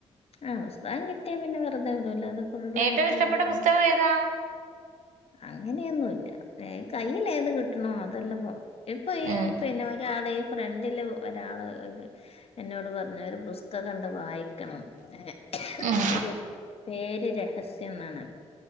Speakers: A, on the left; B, on the right.
A: ആഹ് പുസ്തകം കിട്ടിയാൽ പിന്നെ വെറുതെ ഇടുല്ലോ അത് <unintelligible>
B: ഏറ്റവും ഇഷ്ടപ്പെട്ട പുസ്തകം ഏതാ
A: അങ്ങനെയൊന്നുംല്ല കയ്യിലേത് കിട്ടണോ അതെല്ലാം ഇപ്പൊ ഈ
B: ഉം
A: പിന്നെ ഒരാള് ഈ ഫ്രണ്ടില് ഒരാള് ഒരു എന്നോട് പറഞ്ഞ ഒരു പുസ്തകം ഒക്ക കണ്ട് വായിക്കണം ഏഹ്
B: ഉം
A: ഒരു പേര് രഹസ്യംന്നാണ്